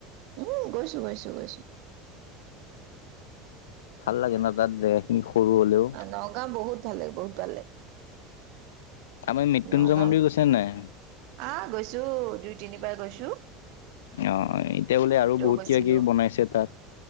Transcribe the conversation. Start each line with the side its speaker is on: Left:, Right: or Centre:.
Right: উম গৈছো গৈছো গৈছোঁ।
Left: ভাল লাগে ন' তাত জেগা খিনি সৰু হ'লেও।
Right: নগাঁও বহুত- ভাল লাগে বহুত ভাল লাগে।
Left: আপুনি মৃত্যুঞ্য়
Right: নগাঁও
Left: মন্দিৰ গৈছেনে নাই?
Right: আহ' গৈছো দুই তিনিবাৰ গৈছোঁ।
Left: অঁ' এতিয়া বোলে আৰু বহুত
Right: গৈছিলো
Left: কিবা কিবি বনাইছে তাত।